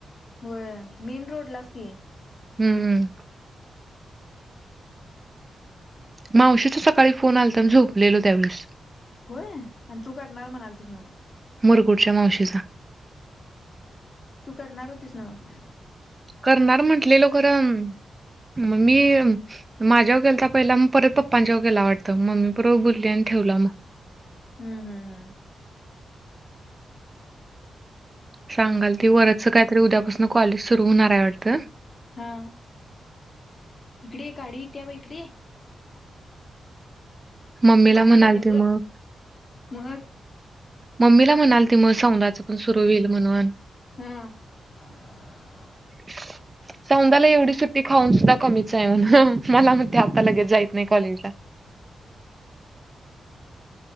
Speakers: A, on the left; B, on the right.
A: होय, मेन रोडलाच की?
B: हम्म मावशीचा सकाळी फोन आलता मी झोपलेलो त्यावेळेस.
A: व्हय, आणि तू करणार म्हणालतीस नव्ह.
B: मुरगुडच्या मावशीचा.
A: तू करणार होतीस ना मग.
B: करणार म्हंटलेलो खरं, मग मी माझ्यावर केलता पहिला मग परत पप्पांच्यावर केला वाटतं, मम्मी बरोबर बोलली आणि ठेवला मगं.
A: हम्म हम्म. हम्म
B: सांगाल ती वरद च काहीतरी उद्यापासून कॉलेज सुरू होणार आहे वाटतं.
A: हां, इकडं ये गाडीे येत्या बघ इकडं ये.
B: मम्मीला
A: गाडी
B: म्हणाल
A: आल्या
B: ते
A: ग,
B: मग
A: मगं.
B: मम्मीला म्हणालती मग सौदाचं पण सुरू होईल म्हणून.
A: हा <unintelligible>
B: <unintelligible> सौंधाला एवढी सुट्टी खाऊन सुद्धा कमीच आहे म्हण, मला म्हणत्या आता लगेच जाईत नाही कॉलेजला.